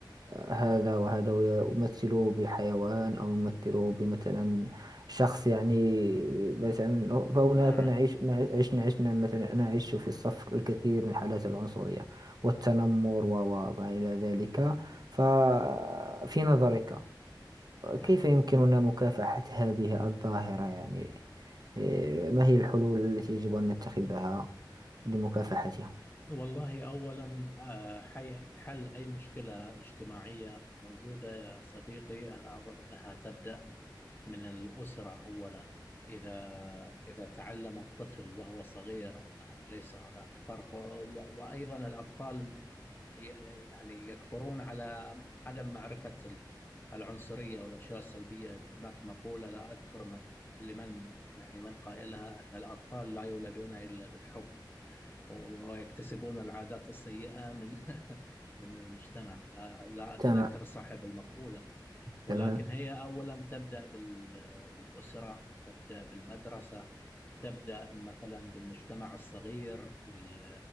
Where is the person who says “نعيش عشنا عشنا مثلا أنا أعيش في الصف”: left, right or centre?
Right